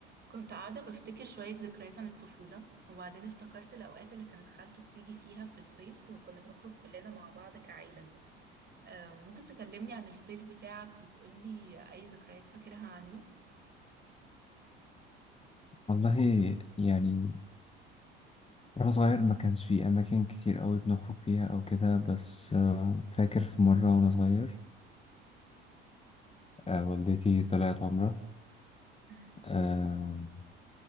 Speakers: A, on the right; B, on the left.
A: كنت قاعدة بفتكر شوية ذكريات عن الطفولة وبعدين افتكرت الأوقات اللي كانت خالته بتيجي فيها في الصيف وكنا بنخرج كلنا مع بعض كعيلة آه، ممكن تكلمني عن الصيف بتاعك وتقولي أي ذكريات فاكرها عنه؟
B: والله يعني وأنا صغير ما كانش في أماكن كتير أوي بنخرج فيها أو كده بس آه، فاكر في مرة وأنا صغير آه، والدتي طلعت عمرة
A: امم
B: أه